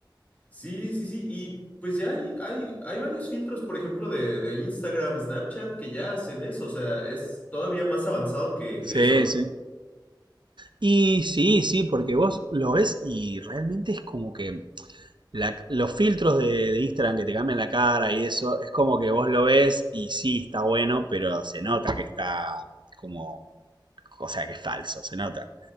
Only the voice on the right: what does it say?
Sí,
sí. Y sí, sí, porque vos lo ves y realmente es como que la- los filtros de, de Instagram que te cambian la cara y eso, es como que vos lo ves y sí está bueno, pero se nota que está como, o sea, que es falso, se nota